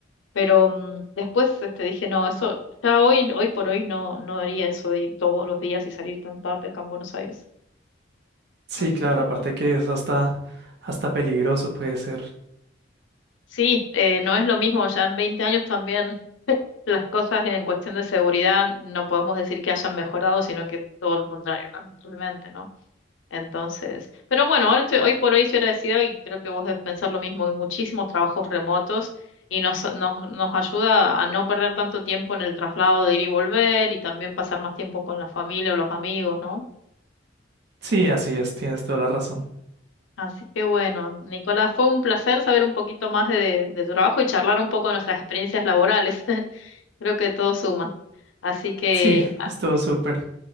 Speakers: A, on the left; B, on the right.
A: pero mm, después este, dije, no, eso, ya hoy, hoy por hoy no, no haría eso de ir todos los días y salir tan tarde acá en Buenos Aires.
B: Sí,
A: Así
B: claro,
A: que
B: aparte
A: bueno.
B: que es hasta, hasta peligroso puede ser.
A: Sí, eh, no es lo mismo, ya en 20 años también las cosas en cuestión de seguridad no podemos decir que hayan mejorado, sino que todo lo contrario, lamentablemente, ¿no? Entonces, pero bueno, ahora estoy, hoy por hoy estoy agradecida y creo que vos debes pensar lo mismo. Hay muchísimos trabajos remotos y nos, nos, nos ayuda a no perder tanto tiempo en el traslado de ir y volver y también pasar más tiempo con la familia o los amigos, ¿no?
B: Sí, así es, tienes toda la razón.
A: Así que bueno, Nicolás, fue un placer saber un poquito más de, de tu trabajo y charlar un poco de nuestras experiencias laborales. <laughs> Creo que todo suma. Así que
B: Sí,
A: ah,
B: estuvo súper.